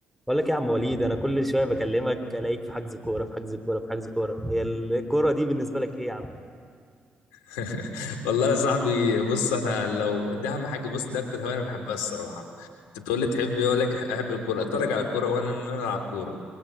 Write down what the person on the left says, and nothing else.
<laughs> والله يا صاحبي بص انا لو ده اهم حاجه بص ده اكتر هوايه انا بحبها الصراحه انت بتقول لي تحب ايه اقول لك احب الكوره اتفرج على الكوره وانا ان انا العب كوره